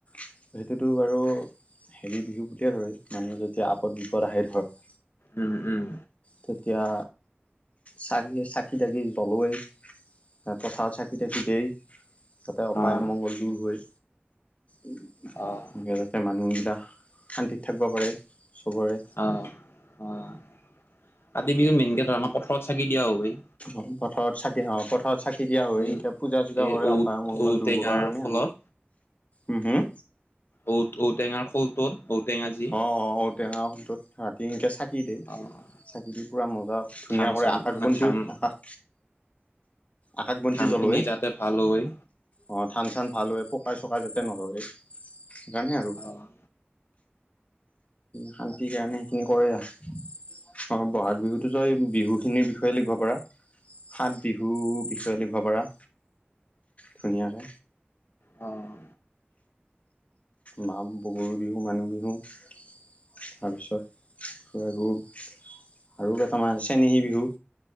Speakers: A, on the left; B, on the left.
A: সেইটোতো বাৰু। হেৰি বিহু বুলিয়ে ধৰে মানুহে যেতিয়া আপদ বিপদ আহে ধৰ।
B: উম উম।
A: তেতিয়া চাকি চাকি-তাকি জ্বলোয়েই। অ পথাৰত চাকি তাকি দেই। যাতে অপায়
B: অ',
A: অমংগল দূৰ হয় উম
B: অ',
A: যে মানুহবিলাক শান্তিত থাক্‌বা পাৰে। চবৰে
B: অ' অ' কাতি বিহুত মেনকে ধৰা আমাৰ পথাৰত চাকি দিয়া হয়েই।
A: অ' পথাৰত চাকি অ' পথাৰত চাকি দিয়া হয়।
B: এই
A: তাত পূজা-চূজা
B: এই
A: কৰে
B: ঔ
A: অপায় অমংগল
B: ঔটেঙাৰ
A: দূৰ কৰবাৰ কাৰণে,
B: খোলত
A: হুম হুম।
B: ঔত ঔ-টেঙাৰ খোলটোত ঔ-টেঙা যি।
A: অ' অ' ঔ-টেঙা খোলটোত। সেন্‌কে চাকি দেই
B: অ',
A: চাকি দি পুৰা মজা ধুনীয়া
B: ধান
A: কৰে
B: চান
A: আকাশবন্তিও
B: মানে ধান
A: আকাশ। আকাশবন্তি
B: ধান
A: জ্বলোৱে।
B: খিনি যাতে ভাল হয়
A: অ' ধান-চান ভাল হয় পকাই-চকাই যাতে নধৰে সেইকাৰণে আৰু।
B: অ'।
A: শান্তিৰ কাৰণে সেইখিনি কৰে আৰু, অ' ব'হাগ বিহুতো ত‌ই বিহুখিনিৰ বিষয়ে লিখব পাৰা, সাত বিহুৰ বিষয়ে লিখব পাৰা। ধুনীয়াকে।
B: অ'।
A: মাঘ বহুৰ বিহু, মানুহ বিহু, তাৰপিছত আৰু আৰু কেইটামান চেনেহী বিহু।